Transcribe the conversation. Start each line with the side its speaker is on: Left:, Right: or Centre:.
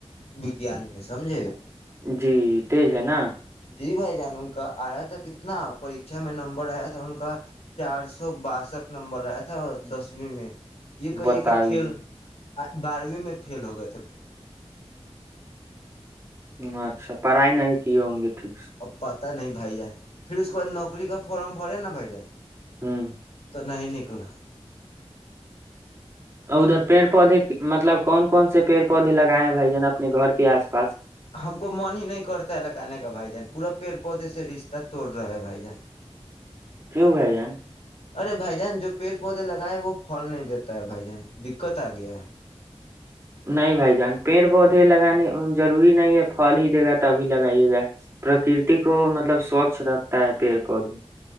Left: وجان میں سمجھے
Right: جی تج ہے نا
Left: جی بھائی جان ان کا آیا تھا کتنا پرریھا میں نمبر آیا تھا ان کا چار سو باسٹھ نمبر آیا تھا دسویں میں یہ کہیے
Right: بتائیے
Left: کہ کل بارہویں میں فیل ہو گئے تھے بھائی ج
Right: ہ اچھا پڑھائی نہیں کی ہو س گے ٹھیک
Left: اب پتہ نہیں بھائی جان پھر اس کے بد نوکری کا فارم بھرے نا بھائی جان
Right: ہ
Left: تو نہیں نک اکلا
Right: اور ادھر پیڑ پودے مطلب کون کون سے پیڑ پودے لگائے ہیں بھائی جان اپنے گھر کے آس پاس
Left: ہم کو من ہی نہیں کرتا ہے لگانے کا بھائی جان پورا پیڑ پودے سے رشتہ توڑ رہے ہے بھائی جان
Right: کیوں بئے جان
Left: ارے بھائی جان جو پیڑ پودے لگائے ہے وہ پھل نہیں دیتا ہے بھائی جان دقت آ گیا ہے
Right: نہیں بھائی جان پیڑ پودے لگانے ضروری نہیں ہے پل ہی دے گا تبھی لگائیے گا پرکرتی کو مطلب سوچھ رکھتا ہے پیڑ پودے